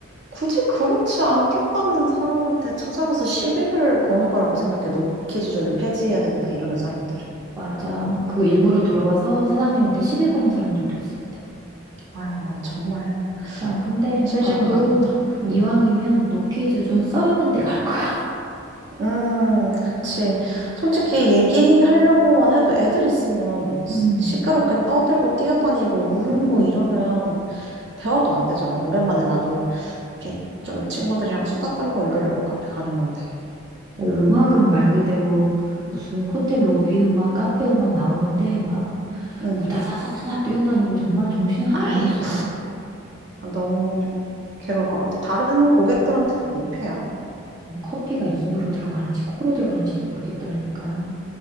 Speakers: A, on the right; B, on the right.
A: 굳이 그렇지 않겠다는 사람한테 찾아가서 시비를 거는 거라고 생각해. 노키 지존을 폐지해야 된다, 이러는 사람들은.
B: 맞아. 그 일부러 들어와서 사장님한테 시비 거는 사람들도 있었대.
A: 아유, 정말
B: 난 근데
A: 심심한가
B: 앞으로
A: 보다. 음,
B: 이왕이면 노키즈 존 써 있는 데 갈 거야. <laughs>
A: 음, 그치. 솔직히 얘기하려고만 해도 애들 있으면 막
B: 음,
A: 시끄럽게 떠들고 뛰어다니고
B: 음.
A: 울고 이러면 대화도 안 되잖아. 오랜만에 나도 이렇게 좀 친구들이랑 수다 떨고 이러려고 카페 가는 건데.
B: 음악은 말 그대로 무슨 호텔 로비 음악, 카페 음악 나오는데 막
A: 음,
B: 우다다다다다 뛰어다니고 정말 정신이 하나도
A: 아이고,
B: 없어.
A: 아, 너무 괴로울 것 같아. 다른 고객들한테도 민폐야.
B: 뭐 커피가 입으로 들어가는지 코로 들어가는지도 모르겠더라니까.